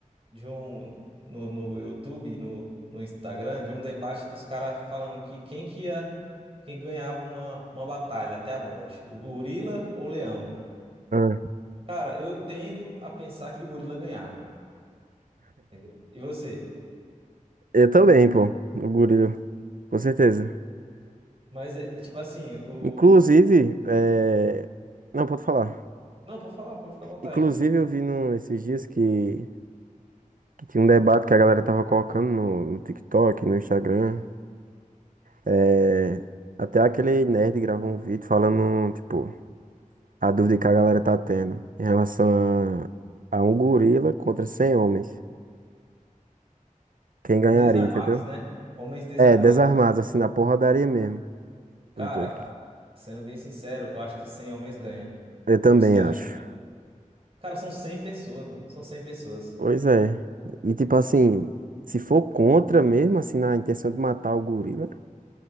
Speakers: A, on the right; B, on the right.
A: de um, no, no YouTube, no, no Instagram, de um debate dos caras falando que quem que ia, quem ganhava uma, uma batalha até a morte, o gorila ou o leão?
B: Ah,
A: Cara, eu tendo a pensar que o gorila ganhava, entendeu? E você?
B: Eu também, pô, o gorila, com certeza.
A: Mas é é tipo assim, o.
B: Inclusive, é... não, pode falar.
A: Não, pode falar, pode ficar à vontade.
B: Inclusive, eu vi no, esses dias que, que tinha um debate que a galera tava colocando no, no TikTok, no Instagram. É, até aquele nerd gravou um vídeo falando, tipo, a dúvida que a galera tá tendo em relação a, a um gorila contra 100 homens. Quem ganharia,
A: Desarmados,
B: entendeu?
A: né? Homens desarmados.
B: É, desarmados, assim, na porradaria mesmo,
A: Cara,
B: os dois.
A: sendo bem sincero, eu acho que 100 homens ganha.
B: Eu também
A: Você acha?
B: acho.
A: Cara, são 100 pessoas, mano. São cem pessoas.
B: Pois é. E, tipo, assim, se for contra mesmo, assim, na intenção de matar o gorila,